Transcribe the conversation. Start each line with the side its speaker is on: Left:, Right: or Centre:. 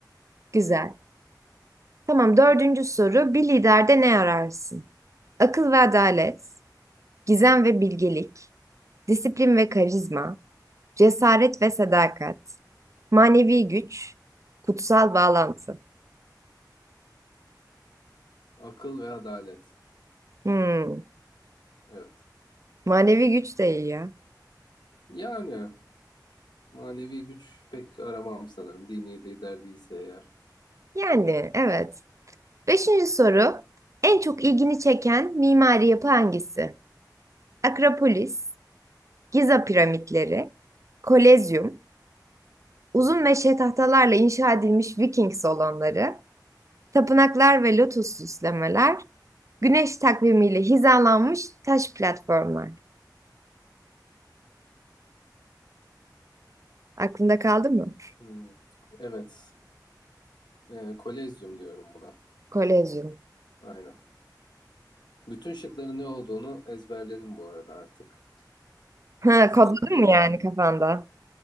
Right: Güzel. Tamam dördüncü soru. Bir liderde ne ararsın? Akıl ve adalet, gizem ve bilgelik, disiplin ve karizma, cesaret ve sadakat, manevi güç, kutsal bağlantı.
Left: <laughs> Akıl ve adalet.
Right: Hmm,
Left: Evet.
Right: manevi güç de iyi ya.
Left: Yani manevi güç pek aramam sanırım. Dini lider değilse eğer.
Right: Yani evet. Beşinci soru. En çok ilgini çeken mimari yapı hangisi? Akropolis, Giza piramitleri, Kolezyum, Uzun meşe tahtalarla inşa edilmiş Viking salonları, tapınaklar ve lotus süslemeler, güneş takvimiyle hizalanmış taş platformlar. Aklında kaldı mı?
Left: Hmm. Evet. Ee, kolezyum diyorum buna.
Right: Kolezyum.
Left: Aynen. Bütün şıkların ne olduğunu ezberledim bu arada artık.
Right: Ha,
Left: Sırasıyla.
Right: kodladın mı yani kafanda?